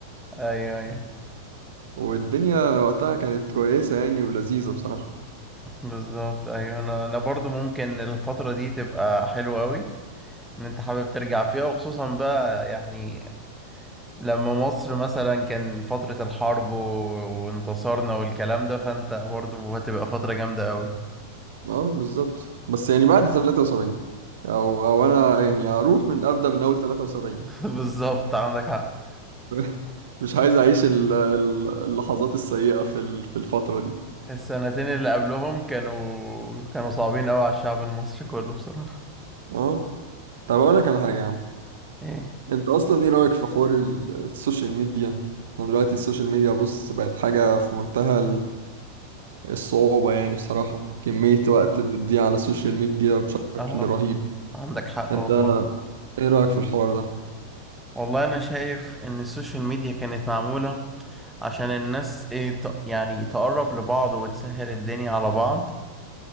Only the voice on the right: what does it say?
والدنيا وقتها كانت كويسة يعني ولذيذة بصراحة
اه بالظبط بس يعني بعد 73 أو أو أنا يعني أروح من أبدأ من أول 73
<laughs> مش عايز أعيش ال- ال- اللحظات السيئة في ال- في الفترة دي
اه طب أقول لك على حاجة يا عم
أنت أصلا إيه رأيك في حوار ال- السوشيال ميديا؟ احنا دلوقتي السوشيال ميديا بص بقت حاجة في منتهى الصعوبة يعني بصراحة كمية وقت بتضيع على السوشيال ميديا بشكل
رهيب
انت
ايه رأيك في الحوار ده؟